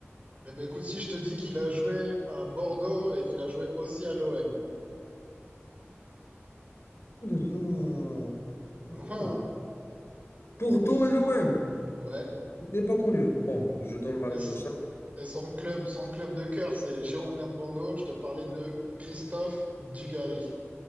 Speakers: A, on the right (about 35°); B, on the left (about 65°).
A: Eh ben écoute, si je te dis qu'il a joué à Bordeaux et qu'il a joué aussi à l'OM.
B: Oh là là. Oh. bah,
A: Ah, ah,
B: oh.
A: hein.
B: Bordeaux et l'OM.
A: ouais.
B: Je n'ai pas connu. Bon, je donne ma
A: Et,
B: langue
A: so-
B: au chat.
A: et son club, son club de cœur, c'est Girondins de Bordeaux. Je te parlais de Christophe Dugarry.